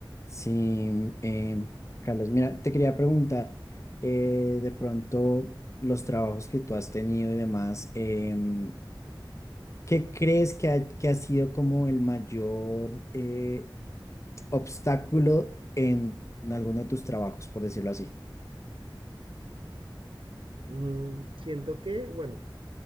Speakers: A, on the left; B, on the right.
A: Sí, em, Carlos, mira, te quería preguntar, eh, de pronto los trabajos que tú has tenido y demás, em, ¿qué crees que ha, que ha sido como el mayor eh, obstáculo en, en alguno de tus trabajos, por decirlo así?
B: Mm, siento que, bueno,